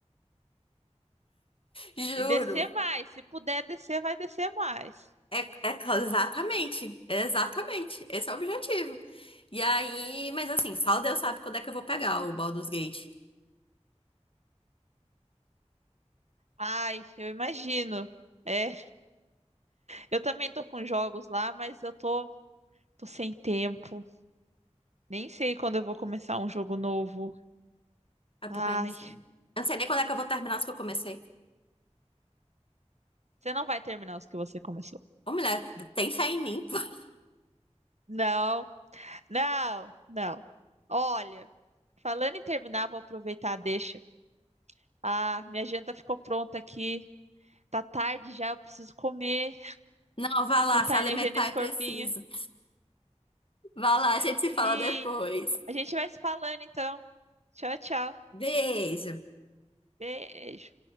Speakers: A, on the left; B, on the right.
A: juro.
B: E descer mais. Se puder descer, vai descer mais.
A: É, é cla- exatamente, exatamente. Esse é o objetivo. E aí, mas assim, só Deus sabe quando é que eu vou pegar o Baldur's Gate.
B: Ai, eu imagino. É, eu também tô com jogos lá, mas eu tô, tô sem tempo. Nem sei quando eu vou começar um jogo novo.
A: Eu
B: Ai.
A: também não sei. Eu não sei nem quando é que eu vou terminar os que eu comecei.
B: Você não vai terminar os que você começou.
A: Ô, mulher, tem fé em mim. <laughs>
B: Não, não, não. Olha, falando em terminar, vou aproveitar deixa. Ah, minha janta ficou pronta aqui. Tá tarde já, eu preciso comer,
A: Não, vá lá,
B: botar
A: se alimentar
B: energia nesse
A: é
B: corpinho.
A: preciso. Vá lá, a gente
B: Sim,
A: se fala depois.
B: a gente vai se falando então. Tchau, tchau.
A: Beijo.
B: Beijo.